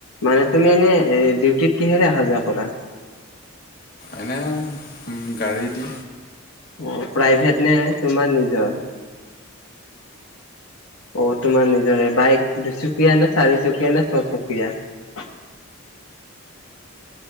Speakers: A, on the left; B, on the left.
A: মানে তুমি এনে ডিউটিত কিহেৰে অহা যোৱা কৰা।
B: এনে গাড়ী দি।
A: অ প্ৰাইভেট নে তোমাৰ নিজৰ। অ তোমাৰ নিজৰে বাইক দুচুকীয়া নে চাৰিচকীয়া নে ছয়চকীয়া।